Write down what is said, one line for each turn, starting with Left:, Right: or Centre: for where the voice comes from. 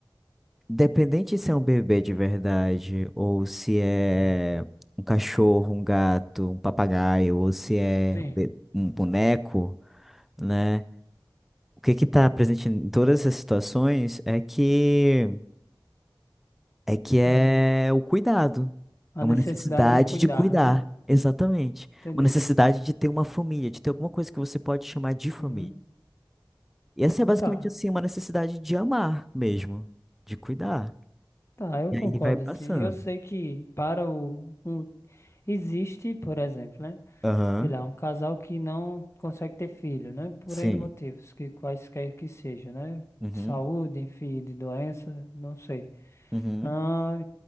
Centre: independente se é um bebê de verdade ou se é um cachorro, um gato, um papagaio ou se é
Left: sim.
Centre: um, be- um boneco, né? O que que está presente em todas essas situações é que é que é
Left: A,
Centre: o cuidado.
Left: a
Centre: É uma
Left: necessidade
Centre: necessidade
Left: de cuidar,
Centre: de cuidar,
Left: né?
Centre: exatamente.
Left: Entendi.
Centre: Uma necessidade de ter uma família, de ter alguma coisa que você pode chamar de família.
Left: Uhum.
Centre: E essa é basicamente
Left: Tá,
Centre: assim, uma necessidade de amar mesmo, de cuidar.
Left: tá, eu
Centre: E
Left: concordo,
Centre: aí vai passando.
Left: assim. Eu sei que para o, o- Existe, por exemplo, né?
Centre: Aham.
Left: Sei lá, um casal que não consegue ter filho, né? Por
Centre: Sim.
Left: N motivos, que quaisquer que seja, né?
Centre: Uhum.
Left: Saúde, enfim, de doença, não sei.
Centre: Uhum.
Left: Ah,